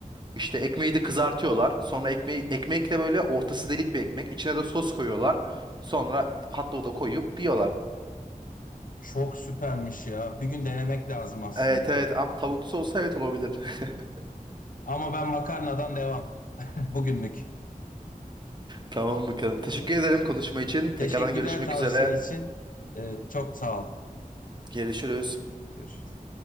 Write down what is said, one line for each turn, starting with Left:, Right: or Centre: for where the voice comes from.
Right: İşte ekmeği de kızartıyorlar. Sonra ekmeği, ekmek de böyle ortası delik bir ekmek. İçine de sos koyuyorlar. Sonra hot dog'u da koyup yiyorlar.
Left: Çok süpermiş ya. Bir gün denemek lazım aslında.
Right: Evet evet ama tavuklu olsa evet olabilir. <laughs>
Left: Ama ben makarnadan devam. <laughs> Bugünlük.
Right: Tamam bakalım. Teşekkür
Left: Evet.
Right: ederim konuşma için. Tekrardan
Left: Teşekkürler
Right: görüşmek
Left: tavsiye
Right: üzere.
Left: için. Ee, çok sağ ol.
Right: Görüşürüz.
Left: Görüşürüz.